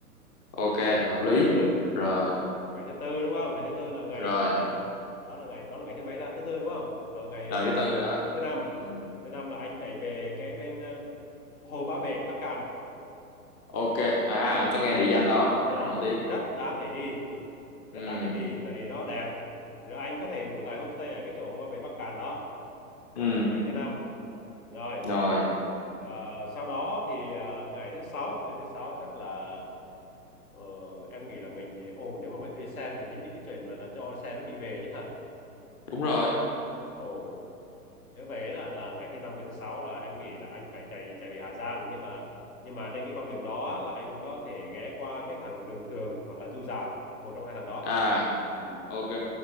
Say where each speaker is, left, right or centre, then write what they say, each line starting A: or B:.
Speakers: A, on the left (about 25°); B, on the left (about 60°).
A: ok
B: đó là
A: hợp
B: ngày
A: lý
B: thứ tư
A: rồi
B: ngày thứ tư đúng không ngày thứ tư là ngày
A: rồi
B: à, đó là ngày đó là ngày thứ mấy ta thứ tư đúng không rồi ngày
A: rồi
B: à,
A: thứ tư rồi đó
B: thứ năm
A: ừ
B: thứ năm là anh chạy về cái bên à, Hồ Ba Bể Bắc Cạn
A: ok à
B: ừ.
A: anh có nghe địa danh đó rất
B: đó
A: là nổi tiếng
B: rất đáng để đi rất
A: ừ
B: đáng để đi tại vì nó đẹp rồi anh có thể ngủ tại homestay ở cái chỗ Hồ Ba Bể Bắc Cạn đó
A: ừ
B: là ngày thứ năm rồi
A: rồi
B: ờ, sau đó thì ờ, ngày thứ sáu ngày thứ sáu chắc là ờ, em nghĩ là mình ờ, ồ nếu mà mình thuê xe phải tính đến cái chuyện mà là cho xe nó đi về chứ hả
A: đúng rồi
B: ồ nếu vậy là là ngày thứ năm với thứ sáu là em nghĩ là anh phải chạy chạy về Hà Giang nhưng mà nhưng mà trên cái con đường đó là anh có thể ghé qua cái thằng đường thường hoặc là Du Già một trong hai thằng đó
A: à
B: ừ
A: ok